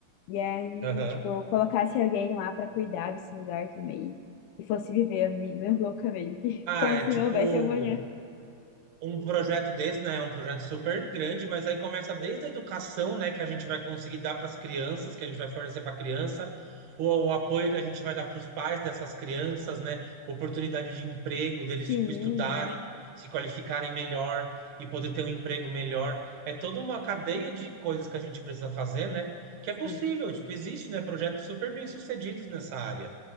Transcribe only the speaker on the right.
Aham.
Ah,
é
tipo
um projeto desse, né, é um projeto super grande, mas aí começa desde a educação, né, que a gente vai conseguir dar para as crianças, que a gente vai fornecer para a criança, ou o apoio que a gente vai dar para os pais dessas crianças, né, oportunidade de emprego deles,
tipo, estudarem, se qualificarem melhor e poder ter um emprego melhor. É toda uma cadeia de coisas que a gente precisa fazer, né, que é possível,
tipo, existe, né, projetos super bem-sucedidos nessa área.